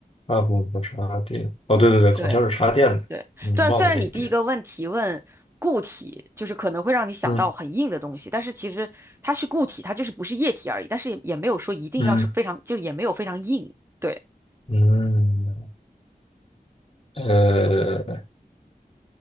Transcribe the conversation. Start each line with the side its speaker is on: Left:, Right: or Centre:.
Left: 大部分是插电，哦，对对对，烤箱是插电的，
Right: 对对，
Left: 嗯，
Right: 但是虽然你第一个问题问固体，
Left: 忘了这一点，
Right: 就是可能会让你想到很硬的东西，
Left: 嗯
Right: 但是其实它是固体，它就是不是液体而已，但是也也没有说一定要是非常，
Left: 嗯
Right: 就是也没有非常硬。对，
Left: 嗯，呃，